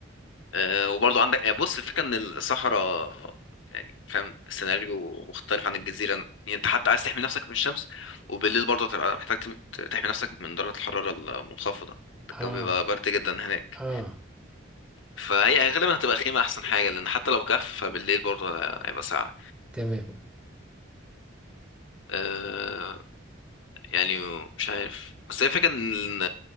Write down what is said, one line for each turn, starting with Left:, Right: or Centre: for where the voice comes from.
Left: آه، وبرضه عندك آه، بص الفكرة ان الصحراء يعني فاهم سيناريو مختلف عن الجزيرة يعني انت حتى عايز تحمي نفسك من الشمس وبالليل برضه هتبقى محتاج تم- تحمي نفسك من درجة الحرارة المنخفضة الجو
Centre: اه
Left: بيبقى برد جدا هناك
Centre: اه
Left: فهي غالبا هتبقى خيمة أحسن حاجة لأن حتى لو كهف فبالليل برضه هيبقى ساقع
Centre: تمام
Left: أه يعني مش عارف بس هي الفكرة إن